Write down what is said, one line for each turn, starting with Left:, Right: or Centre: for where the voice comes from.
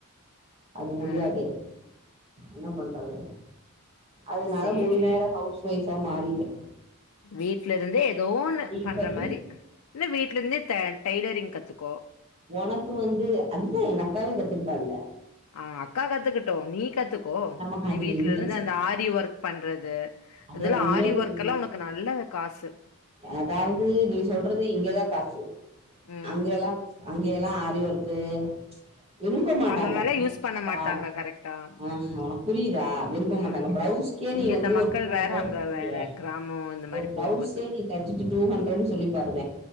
Right: அது முடியாது
Left: ஆ
Right: என்ன பண்றது அதனால
Left: சேரி
Right: முழு நேர ஹவுஸ் வைஃப்பா மாறிட்டே
Left: வீட்ல இருந்தே ஏதோன்னு
Right: நீங்க
Left: பண்ற
Right: வந்து
Left: மாறி இல்ல வீட்ல இருந்தே தா டைலரிங் கத்துக்கோ
Right: எனக்கு வந்து அது தா எங்க அக்காவே கத்திருக்கா இல்ல
Left: ஆ அக்கா கத்துக்கிட்டு நீ கத்துக்கோ
Right: நமக்கு
Left: நீ
Right: அதுல
Left: வீட்டுல
Right: இன்ட்ரெஸ்ட்
Left: இருந்து அந்த
Right: இல்ல
Left: ஆரி ஒர்க் பண்றது
Right: அத
Left: இது எல்லா
Right: உண்மைய
Left: ஆரி ஒர்க்கு
Right: சொல்லனுனா
Left: எல்லா உனக்கு நல்ல காசு
Right: அதாவது நீ சொல்றது இங்க தா காசு
Left: ம்
Right: அங்க எல்லா அங்க எல்லா ஆரி ஒர்க்கு விரும்ப மாட்டாங்க
Left: அந்த மாரிலா யூஸ் பண்ண
Right: புரியுதா
Left: மாட்டாங்க கரெக்டா
Right: ஆ
Left: ம்
Right: ஒனக்கு புரியுதா விரும்ப மாட்டாங்க
Left: ம்
Right: பிளவுஸ்க்கே
Left: இங்க
Right: நீ வந்து
Left: தா மக் மக்கள்
Right: ஒரு டூ
Left: வேற
Right: ஹண்ட்ரட்னு
Left: அங்க
Right: சொல்லியே
Left: வேற கிராமே இந்த மாறி
Right: ஒரு பிளவுஸே
Left: போகு போது
Right: நீ தச்சுட்டு டூ ஹண்ட்ரட்னு சொல்லி பாருங்க